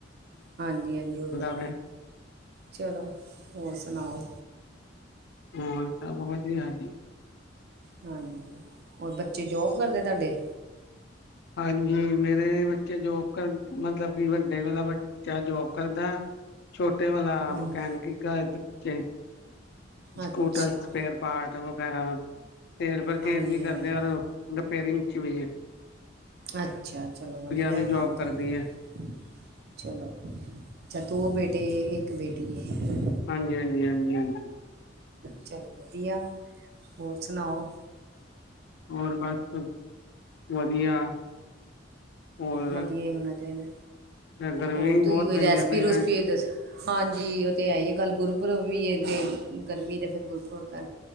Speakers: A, on the right; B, on the left.
A: ਹਾਂਜੀ ਹਾਂਜੀ, ਓ ਤੇ ਐ।
B: ਪਿਆ
A: ਚਲੋ, ਹੋਰ ਸੁਣਾਓ?
B: ਹੋਰ ਸਭ ਵਧੀਆ ਜੀ।
A: ਹਾਂਜੀ, ਔਰ ਬੱਚੇ ਜੋਬ ਕਰਦੇ ਤਾਡੇ?
B: ਹਾਂਜੀ ਮੇਰੇ ਬੱਚੇ ਜੋਬ ਕਰ ਮਤਲਬ ਕਿ ਵੱਡੇ ਵਾਲਾ ਬੱਚਾ ਆ ਜੋਬ ਕਰਦੈ। ਛੋਟੇ ਵਾਲਾ
A: ਹਾਂਜੀ
B: ਮਕੈਨਿਕੀ ਕਧ ਚੇ। ਸਕੂਟਰ,
A: ਅੱਛਾ
B: ਸਪੇਅਰ ਪਾਰਟ ਵਗੈਰਾ। ਸੇਲ ਪਰਚੇਜ਼
A: ਹਾਂਜੀ
B: ਵੀ ਕਰਦੇ
A: ਹਾਂਜੀ
B: ਔਰ ਓ ਰਿਪੇਰਿੰਗ ਚ ਵੀ ਏ।
A: ਅੱਛਾ, ਚਲੋ ਵਧੀਐ
B: ਵੀ ਜੋਬ
A: ਕੰਮ ਤੇ
B: ਕਰਦੀ
A: ਵਧੀਆ।
B: ਹੈ
A: ਚਲੋ, ਅੱਛਾ ਦੋ ਬੇਟੇ ਏਕ ਬੇਟੀ ਏ।
B: ਹਾਂਜੀ, ਹਾਂਜੀ, ਹਾਂਜੀ, ਹਾਂਜੀ।
A: ਚਲੋ ਵਧੀਆ, ਹੋਰ ਸੁਣਾਓ?
B: ਹੋਰ ਬਸ, ਵਧੀਆ। ਹੋਰ
A: ਵਧੀਆ ਈ ਹੋਣਾ ਚਾਈਦੈ।
B: ਗਰਮੀ
A: ਹੋਰ
B: ਬਹੁਤ
A: ਤੁਸੀਂ ਕੋਈ
B: ਪੈਂਦੀਆਂ
A: ਰੈਸਪੀ-ਰੂਸਪੀ
B: ਪਈਆਂ
A: ਦਸ, ਹਾਂਜੀ ਓ ਤੇ ਹੈ ਈਏ। ਕੱਲ ਗੁਰਪੁਰਬ ਵੀ ਏ, ਤੇ ਗਰਮੀ ਤੇ ਫੇਰ ਗੁਰਪੁਰਬ ਕਰ